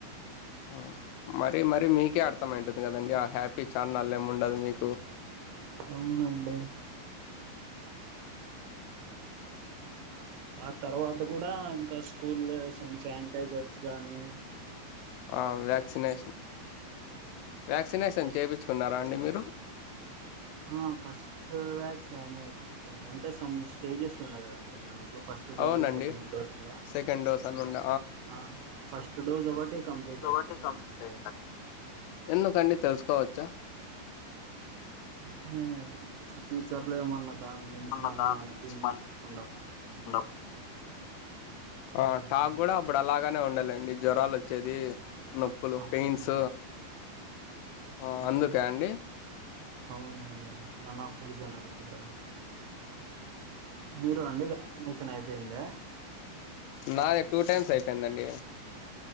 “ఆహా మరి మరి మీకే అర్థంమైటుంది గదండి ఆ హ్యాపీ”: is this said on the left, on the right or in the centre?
Left